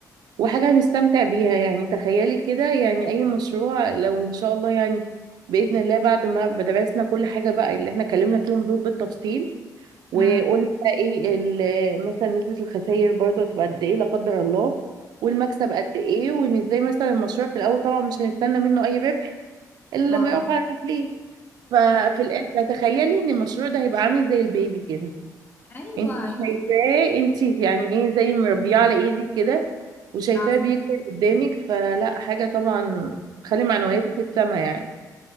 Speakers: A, on the right; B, on the left.
A: وحاجة هنستمتع بيها يعني تخيلي كده يعني أي مشروع لو إن شاء الله يعني بإذن الله بعد ما درسنا كل حاجة بقى اللي احنا اتكلمنا فيهم دول بالتفصيل وقلنا
B: امم
A: بقى ايه ال- مثلا نسبة الخسائر برضه هتبقى قد ايه لا قدر الله والمكسب قد ايه وان ازاي مثلا المشروع في الأول طبعا مش هنستنى منه أي ربح إلا
B: اه
A: لما يقف على رجليه
B: بالظبط
A: ففي الآخر تخيلي إن المشروع ده هيبقى عامل زي البيبي كده
B: ايوه
A: انت
B: أيوة.
A: شايفاه انت يعني ايه زي مربيه على ايدك كده وشايفاه
B: اه
A: بيكبر قدامك فلا حاجه طبعا تخلي معنوياتك في السما يعني